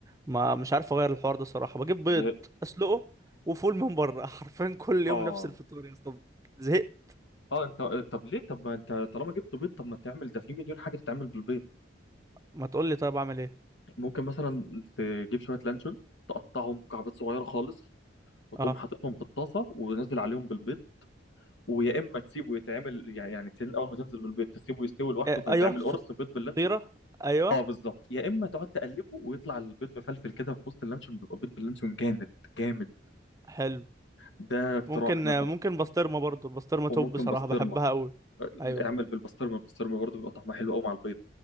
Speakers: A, on the right; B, on the left.
A: ما مش عارف اغير الحوار ده الصراحه بجيب بيض
B: زهق
A: اسلقه وفول من بره <laughs> حرفيا كل يوم
B: اه
A: نفس الفطار يا اسطى زهقت
B: اه انت طب ليه طب ما انت طالما جبت بيض طب ما تعمل ده في مليون حاجه تتعمل بالبيض
A: ما تقول لي طيب اعمل ايه
B: ممكن مثلا تجيب شويه لانشون تقطعهم مكعبات صغيره خالص وتقوم
A: اه
B: حاططهم في الطاسه ونازل عليهم بالبيض ويا اما تسيبه يتعمل يعني يعني تن- اول ما تنزل بالبيض تسيبه يستوي لوحده
A: إيه،
B: فيتعمل
A: ايوه فط-
B: قرص بيض باللانشون
A: فطيره ايوه
B: اه بالظبط يا اما تقعد تقلبه ويطلع البيض مفلفل كده في وسط اللانشون بيبقى بيض باللانشون جامد جامد
A: حلو
B: ده اقتراح
A: ممكن
B: مثلا
A: ممكن بسطرمه برضو البسطرمه
B: وممكن
A: توب بصراحه
B: بسطرمه
A: بحبها قوي ايوه
B: اعمل بالبسطرمه البسطرمه برضه بيبقى طعمها حلو قوي مع البيض